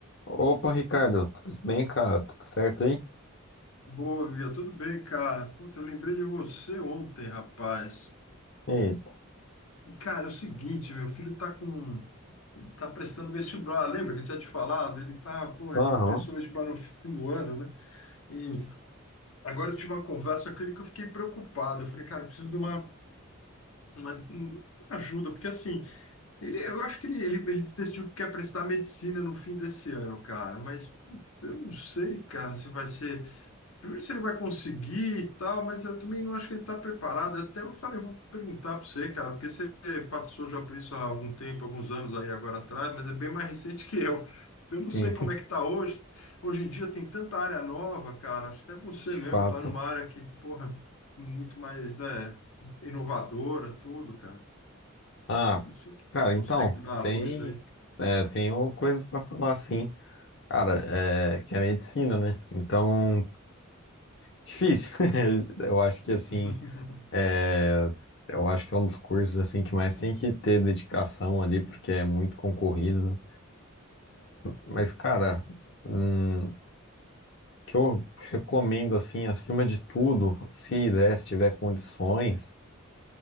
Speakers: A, on the left; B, on the left.
A: Opa, Ricardo, tudo bem, cara? Tudo certo aí?
B: Boa, amiga, tudo bem, cara? Puta, eu lembrei de você ontem, rapaz.
A: Eita,
B: Cara, é o seguinte, meu filho tá com, ele tá prestando vestibular, lembra que eu tinha te falado? Ele tá, porra,
A: aham,
B: ele prestou vestibular no fim do ano, né? E agora eu tive uma conversa com ele que eu fiquei preocupado. Eu falei, cara, eu preciso de uma, uma, uma ajuda, porque assim, ele, eu acho que ele, ele, ele decidiu que quer prestar medicina no fim desse ano, cara, mas putz, eu não sei, cara, se vai ser Primeiro, se ele vai conseguir e tal, mas eu também não acho que ele está preparado. Até eu falei, eu vou perguntar para você, cara, porque você passou já por isso há algum tempo, alguns anos aí agora atrás, mas é bem mais recente que eu. Então, Eu não
A: sim,
B: sei como
A: <laughs>
B: é que está hoje. Hoje em dia tem tanta área nova, cara. Acho que até você
A: de
B: mesmo
A: fato.
B: está numa área que, porra, muito mais, né, inovadora, tudo, cara.
A: Ah,
B: Não sei o que você
A: cara,
B: consegue
A: então,
B: me dar
A: tem,
B: a luz aí.
A: é, tenho coisas pra falar, sim. Cara, é, que é medicina, né? Então, difícil. <laughs> Eu acho que, assim,
B: <laughs>
A: é, eu acho que é um dos cursos, assim, que mais tem que ter dedicação ali, porque é muito concorrido, né? Mas, cara, hum, o que eu recomendo, assim, acima de tudo, se der, se tiver condições,